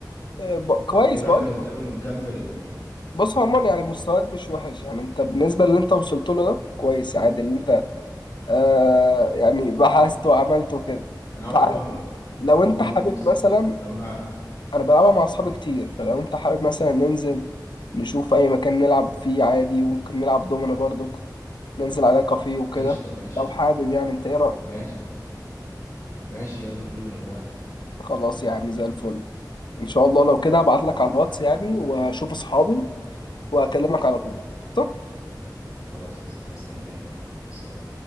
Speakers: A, on the left; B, on the left.
A: آه، ب... كويس
B: ايه رايك
A: بقول
B: لو
A: لك
B: نتقابل ونكمل
A: بص عموما يعني مستواك مش وحش يعني أنت بالنسبة اللي أنت وصلت له ده كويس عادي اللي أنت آه يعني بحثت وعملته كده
B: انا اول
A: فعادي
B: مره
A: لو انت
B: اول مره
A: حابب
B: الصراحه
A: مثلا
B: طب ما
A: انا بلعبها مع اصحابي كتير فلو انت حابب مثلا ننزل نشوف اي مكان نلعب فيه عادي وممكن نلعب دومينو برضك ننزل على كافيه وكده
B: قشطه ماشي
A: لو حابب يعني انت ايه رأيك
B: ماشي ماشي يلا بينا انا موافق
A: خلاص يا عم زي الفل ان شاء الله لو كده هبعت لك
B: يلا
A: على
B: عدى
A: الواتس
B: عليا
A: يعني واشوف اصحابي واكلمك على طول قشطة؟
B: خلاص هست- هستناك سلام